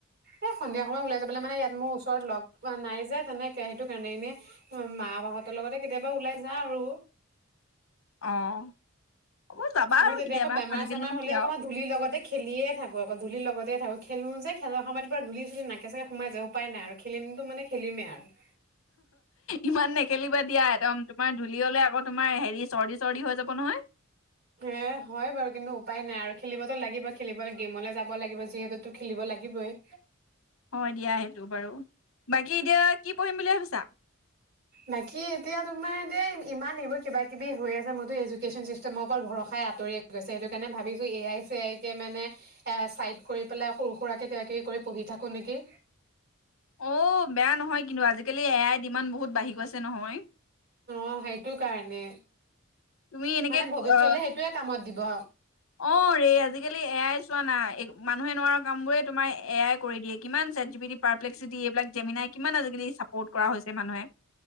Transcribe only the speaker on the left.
অ'। হ'ব যাবা
আৰু
কেতিয়াবা
আজিকালিনো
কি
আৰু
ইমান নে খেলিবা দিয়া একদম, তোমাৰ ধূলি হ'লে আকৌ, তোমাৰ হেৰি, চৰ্দি-চৰ্দি হৈ যাব নহয়।
হয়, দিয়া, সেই টো বাৰু, বাকী এতিয়া, কি পঢ়িম বুলি ভাবিছা?
অ' বেয়া নহয় কিন্তু আজি আজিকালি এ আই ডিমান বহুত বাঢ়ি গৈছে নহয়।
তুমি এনেকে
অ
অ ৰে আজিকালি এ আই চোৱা না মানুহে নোৱাৰা কামবোৰে তোমাৰ এ আই কৰি দিয়ে কিমান চেট জিপিটি পাৰ পেলেক্সিটি এইবিলাক জেমেনাই কিমান আজিকালি চাপৰ্ট কৰা হৈছে মানুহে।